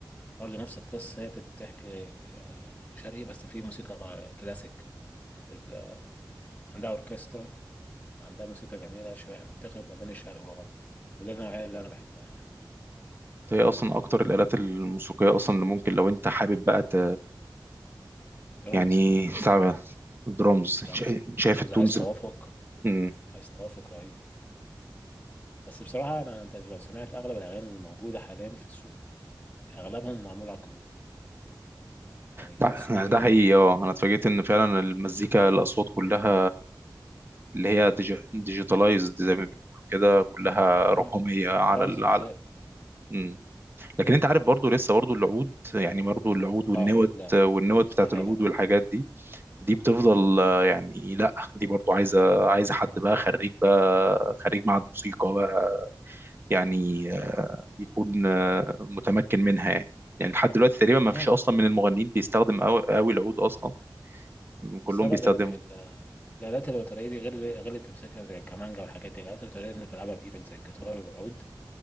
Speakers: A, on the left (about 20°); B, on the right (about 30°).
A: برضه نفس القصه هي بتحكي يعني شرقي بس في موسيقى غ- كلاسيك في ال... عندها اوركسترا وعندها موسيقى جميله شويه يعني بتخلط ما بين الشرق والغرب وده النوعيه اللي انا بحبها يعني
B: هي اصلا اكتر الالات الموسيقيه اصلا اللي ممكن لو انت حابب بقى ت...
A: درامز
B: يعني تعب درامز
A: درامز
B: شايف
A: درامز
B: التونز
A: عايز توافق
B: مم.
A: عايز توافق رهيب بس بصراحة أنا أنت لو سمعت أغلب الأغاني اللي موجودة حاليا في السوق أغلبهم معمول على الكمبيوتر يعني
B: ده
A: الصوت
B: ده حقيقي اه انا اتفاجئت ان فعلا المزيكا الاصوات كلها اللي هي ديج... ديجيتالايزد زي ما بيقولوا كده كلها
A: آه
B: رقميه على
A: درامز
B: ال...
A: بالذات
B: على مم.
A: مم.
B: لكن انت عارف برضو لسه برضو العود يعني برضو العود والنوت
A: آه العود لا
B: والنوت
A: العود استحالة
B: بتاعت العود
A: آه
B: والحاجات دي دي بتفضل
A: آه
B: آه، يعني لا دي برضو عايزه عايزه حد بقى خريج بقى خريج معهد موسيقى بقى يعني
A: مم.
B: آه، يكون آه، متمكن منها يعني يعني لحد دلوقتي تقريبا ما
A: آه
B: فيش اصلا من المغنيين بيستخدم قوي قوي العود اصلا
A: بسبب
B: كلهم بيستخدموا
A: إن ال- الآلات الوترية دي غير غير اللي بتمسكها زي الكمانجا والحاجات دي الآلات الوترية اللي بتلعبها بإيدك زي الجيتار والعود